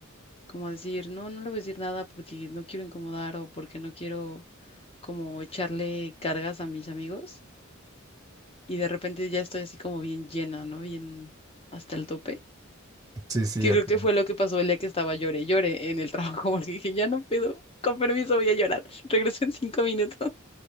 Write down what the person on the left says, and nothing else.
como a decir, no, no le voy a decir nada porque no quiero incomodar o porque no quiero como echarle cargas a mis amigos y de repente ya estoy así como bien llena, ¿no? Bien hasta el tope,
que
creo que fue lo que pasó el día que estaba llore, y llore en el trabajo <laughs> porque dije, ya no puedo, con permiso voy a llorar, <laughs> regreso en cinco minutos,